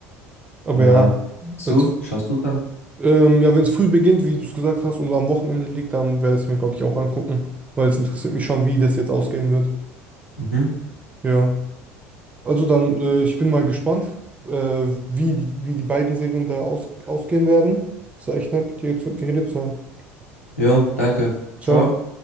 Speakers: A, on the right; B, on the left.
A: Aber
B: Ja.
A: ja,
B: Hast
A: wenn
B: du? Schaust du dann?
A: Ähm, ja, wenn es früh beginnt, wie du es gesagt hast, und am Wochenende liegt, dann werde ich es mir, glaube ich, auch angucken, weil es interessiert mich schon, wie das jetzt ausgehen wird.
B: Mhm.
A: Ja. Also dann, äh, ich bin mal gespannt, äh, wie die, wie die beiden Serien da aus, ausgehen werden. Es war echt nett, mit dir zu, geredet zu haben.
B: Jo, danke.
A: Ciao.
B: Ciao.